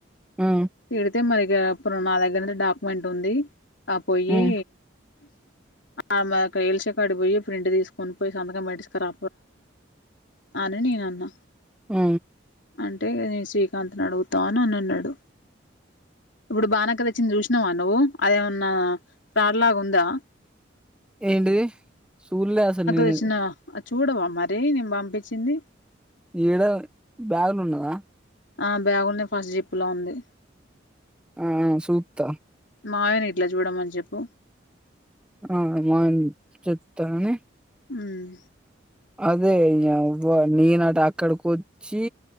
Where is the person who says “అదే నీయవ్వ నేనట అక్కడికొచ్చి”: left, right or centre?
Centre